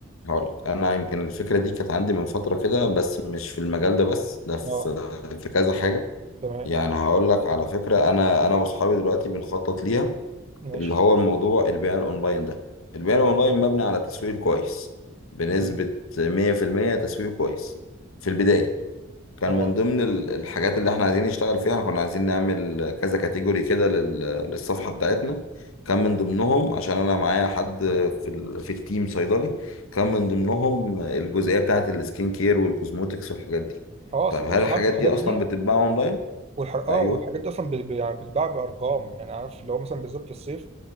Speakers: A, on the left; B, on the right.
A: هقول لك انا يمكن الفكره دي كانت عندي من فتره كده بس مش في المجال ده بس ده في
B: اه
A: في كذا حاجه
B: تمام
A: يعني هقول لك على فكره انا انا واصحابي دلوقتي بنخطط ليها
B: ماشي
A: اللي هو الموضوع البيع الاونلاين ده البيع
B: تمام
A: الاونلاين مبني على تسويق كويس بنسبه
B: مهم.
A: 100% تسويق كويس في البدايه كان
B: اه
A: من ضمن ال- الحاجات اللي احنا عايزين نشتغل فيها كنا عايزين نعمل كذا كاتيجوري كده لل- للصفحة بتاعتنا كان من ضمنهم عشان انا معايا حد في ال... في التيم صيدلي كان
B: تمام
A: من ضمنهم الجزئية بتاعت السكين كير والكوزموتكس والحاجات دي
B: اه اصل
A: طيب
B: انت
A: هل
B: بص
A: الحاجات
B: عارف الحاجات
A: دي
B: دي
A: اصلا بتتباع اونلاين
B: والح... اه
A: ايوه
B: والحاجات دي اصلا ب- ب- يعني بتتباع بارقام يعني عارف اللي هو مثلا بالذات في الصيف